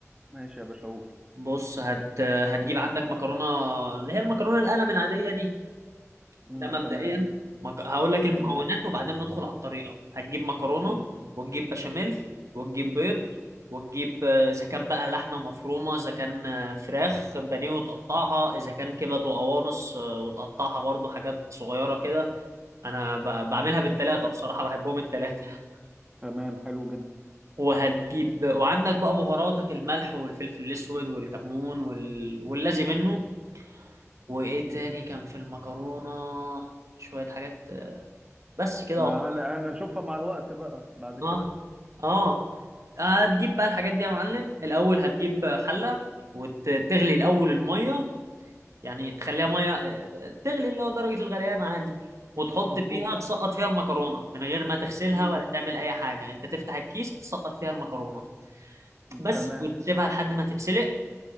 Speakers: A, on the right; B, on the right.
A: ماشي يا باشا قول
B: بص هت هتجيب عندك مكرونة اللي هي المكرونة القلم العادية دي
A: مم.
B: ده مبدئيا
A: تمام
B: مك... هقول لك المكونات
A: تمام
B: وبعدين ندخل على الطريقة هتجيب مكرونة
A: مم.
B: وتجيب بشاميل وتجيب بيض وتجيب آه، إذا كان بقى لحمة مفرومة إذا كان آه، فراخ بانيه وتقطعها إذا كان كبد وقوانص آه، وتقطعها برضو حاجات صغيرة كده أنا ب... بعملها بالتلاتة بصراحة بحبهم التلاتة <laughs>
A: تمام حلو جدا
B: وهتجيب وعندك بقى بهاراتك الملح والفلفل الأسود والكمون وال... واللازم منه وايه تاني كان في المكرونة شوية حاجات بس كده
A: ما
B: وخلاص.
A: هن... هنشوفها مع الوقت بقى بعد
B: اه
A: كده
B: اه هتجيب بقى الحاجات دي يا معلم الاول هتجيب حلة وتغلي الاول المية يعني تخليها مية آه، آه، تغلي اللي هو درجة الغليان عادي وتحط
A: مظبوط
B: فيها تسقط فيها المكرونة من غير ما تغسلها
A: مم.
B: ولا تعمل اي حاجة انت تفتح الكيس تسقط فيها المكرونة بس
A: تمام
B: وتسيبها لحد ما تتسلق